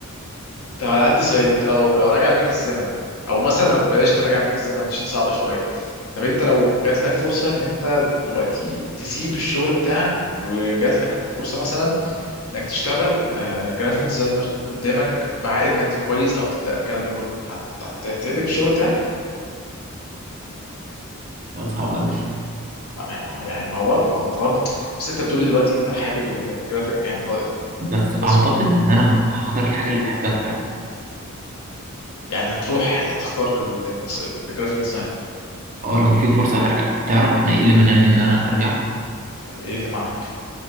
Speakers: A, on the left; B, on the right.
A: طب انا عندي سؤال انت لو لو راجع بيك الزمن او مثلا لو بلاش تراجع بيك الزمن عشان صعبه شويه طب انت لو جات لك فرصه ان انت دلوقتي تسيب الشغل بتاعك وجات لك فرصه مثلا انك تشتغل آه، جرافيك ديزاينر قدامك بعائد مادي كويس او تبدا الكلام ده كله هت- هت- هتقلب الشغل بتاعك
B: سؤال صعب أوي
A: آه، ما- ما- يعني ما هو برضه ما هو انت برضه بس انت بتقولي دلوقتي انت حابب ال- الجرافيك يعني طل-
B: بس
A: التصوير
B: أعتقد إن أنا هختار الحاجة اللي بحبها فعلا
A: يعني هتروح هتختار التص- الجرافيك ديزاينر
B: أه لو في فرصة هرجع تعرف أنا إيه اللي منعني إن أنا أرجع
A: ايه اللي منعك